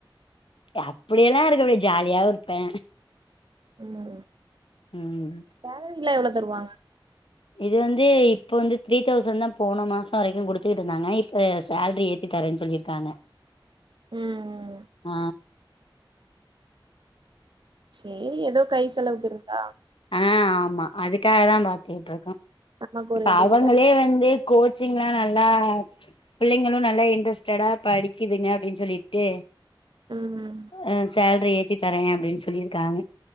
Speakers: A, on the left (about 80°); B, on the right (about 65°).
A: ஏ அப்பிடியெல்லா இருக்க அப்டே ஜாலியாவு இருப்பே
B: ம்
A: ம்
B: சேலரிலா எவ்ளோ தருவாங்க
A: இது வந்து இப்ப வந்து த்ரீ தௌசண் தா போன மாசோ வரைக்கு குடுத்துகிட்ருந்தாங்க இப்ப சேல்ரி ஏத் தி தரேன் சொல்லீர்க்காங்க
B: ம்
A: ஆ
B: சேரி எதோ கை செலவுக் இருக்கா
A: ஆ ஆமா அதுக்காக தா பாத்துகிட்ருக்கோ
B: நமக்கு ஒரு
A: இப்ப
B: உதவி
A: அவங்களே
B: தான
A: வந்து கோ ச்சிங்லா நல்லா பிள்ளைங்களு நல்லா இன்ட்ரெஸ்டடா படிக்கிதுங்க அப்டின் சொல்லீட்டு
B: ம் ம்
A: அ சேல்ரி ஏத்தி தரே அப்டின் சொல்லீர்க்காங்க